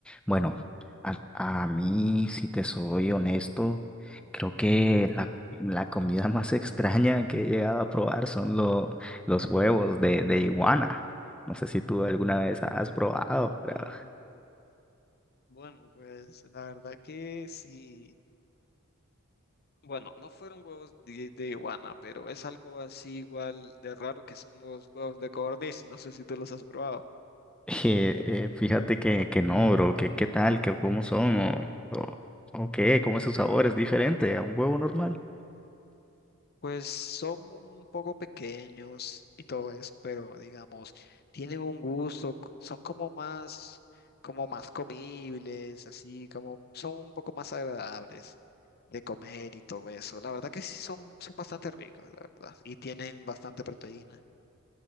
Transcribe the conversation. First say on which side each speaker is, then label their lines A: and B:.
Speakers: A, in the centre; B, on the left (about 50°).
A: Bueno, a, a mí, si te soy honesto, creo que la, la comida <laughs> más extraña que he llegado a probar son lo- los huevos de, de iguana. No sé si tú alguna vez has probado, pero...
B: Mm, Bueno, pues la verdad que sí. Bueno, no fueron huevos de, de iguana, pero es algo así igual de raro que son los huevos de codorniz. No sé si tú los has probado.
A: Eh, eh, fíjate que, que no, bro, que qué tal, que cómo son o, o, o qué, cómo es su sabor, es diferente a un huevo normal.
B: Pues son un poco pequeños y todo eso, pero digamos, tienen un gusto, c- son como más, como más comibles, así como son un poco más agradables de comer y todo eso. La verdad que sí son, son bastante ricos, la verdad, y tienen bastante proteína.